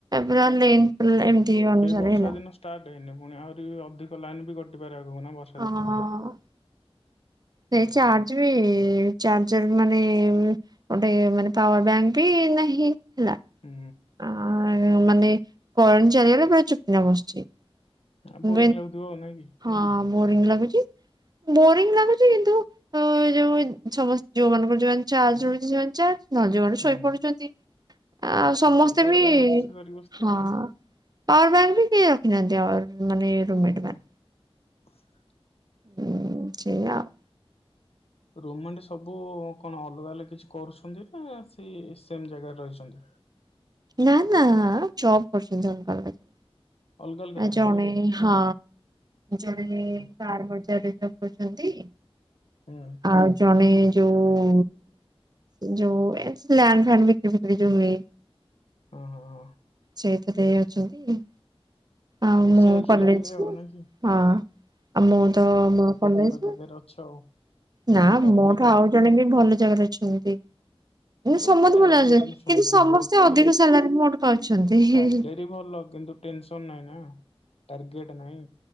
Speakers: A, on the right; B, on the left.
A: ପୁରା ଲେନ୍ ଏମିତି
B: ଏବେ
A: ଅନୁସାରେ
B: ବର୍ଷା
A: ହେଲା।
B: ଦିନ ଷ୍ଟାର୍ଟ ହେଇନି ପୁଣି ଆହୁରି ଅଧିକ ଲାଇନ୍ ବି କଟିପାରେ ଆଗକୁ ବ
A: ହଁ ହଁ ହଁ। ସେଇ
B: ହୁଁ
A: ଚାର୍ଜ ବି ଚାର୍ଜର ମାନେ ଗୋଟେ ମାନେ ପାୱାର ବ୍ୟାଙ୍କ ବି ନାହିଁ ହେଲା।
B: ହୁଁ।
A: ଆ ମାନେ କରେଣ୍ଟ ଚାଲିଗଲେ ପୁରା ଚୁପ୍ କିନା ବସିଛି।
B: ଆଉ
A: <unintelligible>
B: ବୋରିଂ ଲାଗୁଥିବ ଆଉ ନାଇଁ କି?
A: ହଁ ବୋରିଂ ଲାଗୁଛି। ବୋରିଙ୍ଗ ଲାଗୁଛି କିନ୍ତୁ, ଅ ଯୋଉ ସମସ୍ତ ଯୋଉ ମାନଙ୍କର ଯୋଉମାନେ ଚାର୍ଜ
B: ହଁ ମ
A: ରହୁଛି ସେମାନେ ଚାର୍ଜ ନ ହେଲେ ଯୋଉ ମାନେ
B: ହୁଁ
A: ଶୋଇପଡୁଛନ୍ତି। ଆ ସମସ୍ତେ
B: ଯାହାର ପାୱାର
A: ବି
B: ବ୍ୟାଙ୍କ ଅଛି ସେ ଧରିକି ବସିଥିବ
A: ହଁ
B: ଆଉ କଣ।
A: ପାୱାର ବ୍ୟାଙ୍କ ବି କେଏ ରଖିନାହାନ୍ତି ଆ ମାନ ରୁମ୍ ମେଣ୍ଟ
B: ହୁଁ
A: ମାନେ।
B: <unintelligible>
A: ହୁଁ ସେଆ ଆଉ।
B: ରୁମ ମେଣ୍ଟ ସବୁ କଣ ଅଲଗା ଅଲଗା କିଛି କରୁଛନ୍ତି? ନା ସେ ସେମ ଜାଗାରେ ରହିଛନ୍ତି?
A: ନା ନା, ଜବ୍ କରୁଛନ୍ତି ଅଲଗା ଅଲଗା ଜା
B: ଅଲଗା ଅଲଗା
A: ଆ
B: ଜାଗାରେ
A: ଜଣେ
B: ନାଇଁ କି?
A: ହଁ ଜଣେ
B: ହୁଁ
A: କାର ବଜାରେ ଜବ କରୁଛନ୍ତି।
B: ହୁଁ
A: ଆ ଜଣେ ଯୋଉ ଯୋଉ ଏ ଲେଣ୍ଡ ଫନ୍ ବିକ୍ରି ଫିକ୍ରି ଯୋଉ ହୁଏ।
B: ହଁ ହଁ। ହଁ।
A: ସେଇଥିରେ ଅଛନ୍ତି। ଆଉ
B: ସବୁ
A: ମୁଁ
B: ସେଲ୍ସ
A: କଲେଜ
B: ଲାଇନରେ ଆଉ ନାଇଁ କି?
A: ହଁ ଆଉ ମୁଁ ତ ମୋ କଲେଜ।
B: ଏଥରେ ଅଛ ଆଉ।
A: ନା,
B: ନୋ ଟାର୍ଗେଟ
A: ମୋ ଠୁ ଆଉ ଜଣେ ବି ଭଲ ଜାଗାରେ ଅଛନ୍ତି।
B: ଯୋଉଠି
A: ସମସ୍ତେ
B: ଟାର୍ଗେଟ
A: ଭଲ ଲାଗଛନ୍ତି
B: ଶୁଣ
A: କିନ୍ତୁ,
B: ଶୁଣ
A: ସମସ୍ତେ
B: ଯୋଉଠି
A: ଅଧିକ ସାଲାରୀ ମୋଠୁ ପାଉଛନ୍ତି।
B: ସାଲେରୀ
A: ହିଁ ହିଁ
B: ଭଲ କିନ୍ତୁ ଟେନସନ ନାହିଁ ନା, ଟାର୍ଗେଟ ନାହିଁ